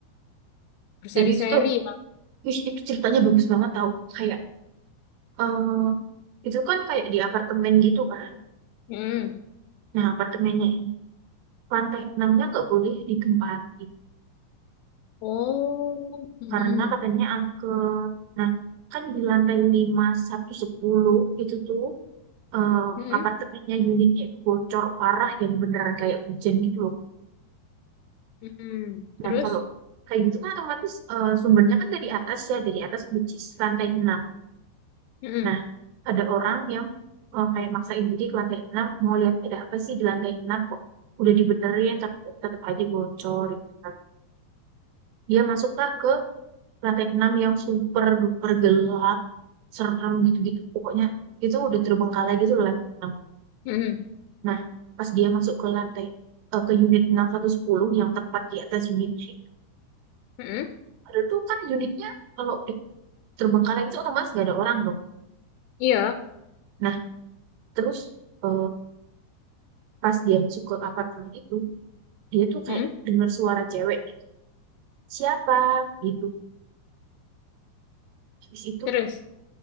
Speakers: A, on the left; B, on the right.
A: Berseri-seri
B: dan itu tuh
A: ya.
B: Wih, itu ceritanya bagus banget tau. Kayak, eh itu kan kayak di apartemen gitu kan.
A: Hmm.
B: Nah, apartemennya ini, lantai enamnya nggak boleh ditempati.
A: Oh. Hmm,
B: Karena katanya angker. Nah, kan di lantai lima satu sepuluh itu tuh eh
A: hmm,
B: apartemennya, unitnya itu bocor parah yang beneran kayak hujan gitu loh.
A: hmm, hmm. Terus?
B: Nah, Mhm. kalau kayak gitu kan otomatis eh, sumbernya kan dari atas ya, dari atas which is lantai 6.
A: Hmm,
B: Nah, ada orang yang eh, kayak maksain diri ke lantai 6 mau lihat ada apa sih di lantai 6 kok. Udah dibenerin tapi kok tetap aja bocor gitu kan. Dia masuklah ke lantai 6 yang super duper gelap, serem gitu-gitu. Pokoknya itu udah terbengkalai gitu loh lantai enam
A: hmm,
B: Nah, pas dia masuk ke lantai eh, ke unit enam satu sepuluh yang tepat di atas unitnya itu.
A: hmm.
B: Ada tuh kan unitnya kalau udah terbengkalai gitu otomatis gak ada orang dong.
A: Iya.
B: Nah, terus eh, pas dia masuk ke apartemen itu dia tuh
A: Hmm.
B: kayak dengar suara cewek gitu. Siapa gitu. Habis itu
A: Terus?